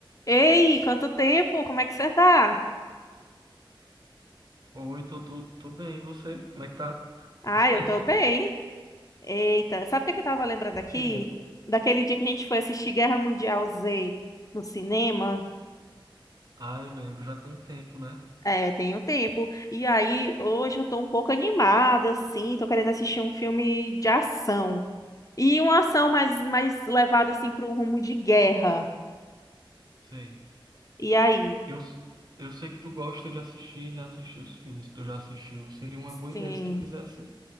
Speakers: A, on the left; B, on the right.
A: Ei, quanto tempo? Como é que você tá?
B: Oi, tô, tô, tô bem, e você? Como é que tá?
A: Ah,
B: <laughs>
A: eu tô bem. Eita, sabe o que que eu tava lembrando aqui?
B: Que bom.
A: Daquele dia que a gente foi assistir Guerra Mundial Z no cinema.
B: Ah, eu lembro, já tem um tempo, né?
A: É, tem um tempo. E aí, hoje eu tô um pouco animada, assim, tô querendo assistir um filme de ação. E uma ação mais, mais levada, assim, para um rumo de guerra.
B: Sei.
A: E aí?
B: Eu, eu sei que tu gosta de assistir e reassistir os filmes que tu já assistiu. Seria uma boa
A: Sim.
B: ideia se tu quisesse